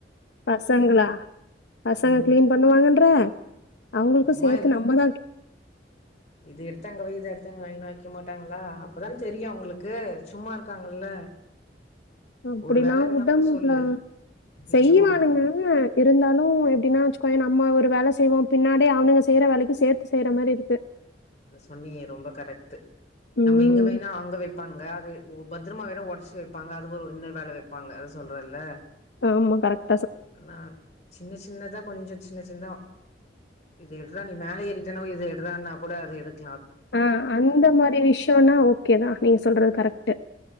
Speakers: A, on the left; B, on the left.
A: பசங்களா பசங்க
B: ம்
A: க்ளீன் பண்ணுவாங்கன்ற அவங்குளுக்கு
B: சும்மா
A: சேத்து
B: இது
A: நம்மதான் க்
B: இது எடுத்து அங்க வை அதை எடுத்தங்க வைனு வய்க்க மாட்டாங்களா அப்பதானே தெரியும் உங்களுக்கு சும்மா இருக்காங்கல்ல
A: அப்டிலா
B: ஒரு வேலைக்குன்னா
A: உட
B: கூட
A: முட்ல
B: சொல்லு மிச்சமாகலா
A: செய்வானுங்கஅ இருந்தாலுன் எப்டின்னா வச்சுக்கோயேன் நம்ம ரு வேல செய்வோ பின்னாடி அவனுங்க செய்ற வேலைக்கு சேத்து செய்ற மாரி இருக்கு
B: அது சொன்னியே ரொம்ப கரெக்ட்டு நம்ம
A: ம்
B: இங்க வைனா அவங்க வெப்பான்க அத ஓ பத்ரமாவைனா ஒடச்சி வெப்பாங்க அது ஓ இன்னரு வேல வெப்பாங்க அதா சொல்றல்ல
A: உம் கரட்
B: ஆனா சின்ன சின்னதா கொஞ்ஜோ சின் சின்தா இது எடுறா நீ மேல ஏறிட்ட <unintelligible> இது எடுறான்னா கூட அது எடுக்
A: ஆஹ் அந்த மாரி விஷ்யன்னா ஓகேதா நீங்க சொல்றது கரெக் ட்டு